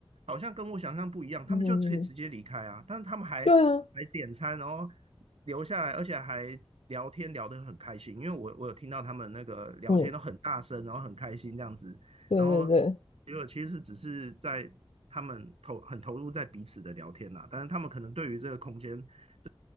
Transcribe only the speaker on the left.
嗯。
对啊，
嗯，
对对对，